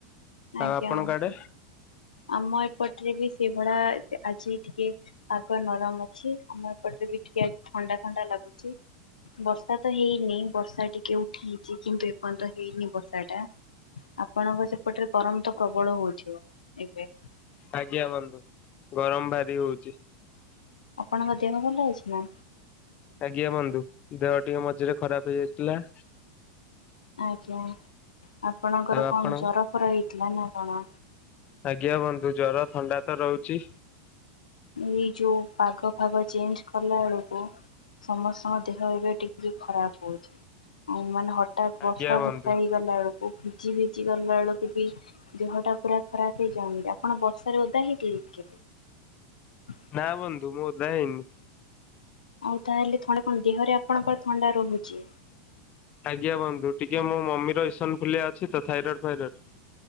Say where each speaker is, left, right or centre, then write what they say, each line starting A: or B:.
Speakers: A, on the left; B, on the left.
A: ଆଉ
B: ଆଜ୍ଞା
A: ଆପଣଙ୍କ
B: ହନ୍ତ
A: ଆଡେ?
B: ଆମ ଏପଟରେ ବି ସେଇଭଳିଆ ଆଜି ଟିକେ ପାଗ ନରମ ଅଛି ଆମ ଏପଟରେ ବି ଟିକେ ଆ ଥଣ୍ଡା ଥଣ୍ଡା ଲାଗୁଛି ବର୍ଷା ତ ହେଇନି ବର୍ଷା ଟିକେ ଉଠେଇଛି କିନ୍ତୁ ଏପର୍ଯ୍ୟନ୍ତ ହେଇନି ବର୍ଷା ଟା ଆପଣଙ୍କ ସେପଟରେ ଗରମ ତ ପ୍ରବଳ ହଉଥିବ। ଏବେ
A: ଆଜ୍ଞା ହଁ ନ୍ତ ଗରମ ଭାରି ହଉଛି।
B: ଆପଣଙ୍କ ଦେହ ଭଲ ଅଛି ନାଁ?
A: ଆଜ୍ଞା ବନ୍ଧୁ ଦେହ ଟିକେ ମଝିରେ ଖରାପ ହେଇଯାଇଥିଲା।
B: ଆଜ୍ଞା ଆପଣଙ୍କର
A: ଆଉ ଆପଣ?
B: କଣ ଜର ଫର ହେଇଥିଲା ନାଁ କଣ?
A: ଆଜ୍ଞା ବନ୍ଧୁ ଜର ଥଣ୍ଡା ତ ରହୁଛି।
B: ଏଇ ଯୋଉଁ ପାଗ ଫାଗ ଚେଞ୍ଜ କଲା ବେଳକୁ ସମସ୍ତଙ୍କ ଦେହ ଏବେ ଟିକେ ଖରାପ ରହୁଛି। ହଁ ମାନେ ହଠାର୍ଥ ହାଠାର୍ଥ
A: ଆଜ୍ଞା
B: ବର୍ଷା
A: ବନ୍ଧୁ
B: ଫର୍ଷା ହେଇଗଲା ବେଳକୁ ଭିଜି ଭିଜି ଗଲା ବେଳକୁ ବି ଦେହଟା ପୁରା ଖରାପ ହେଇଯାଉନି କି। ଆପଣ ବର୍ଷାରେ ଓଦା ହେଇ ହେଇକି ଉଁହୁଁ।
A: ନାଁ ବନ୍ଧୁ ମୁଁ ତ ଯାଇନି।
B: ଆଉ ତାହେଲେ ଥଣ୍ଡା କଣ ଦେହରେ ଆପଣଙ୍କ ଥଣ୍ଡା ରହୁଛି।
A: ଆଜ୍ଞା ବନ୍ଧୁ ଟିକ ମୋ ମମିର ଇସନ ଫୁଲିଆ ଅଛି ତ ଥାଇରଏଡ୍ ଫାଇରଏଡ୍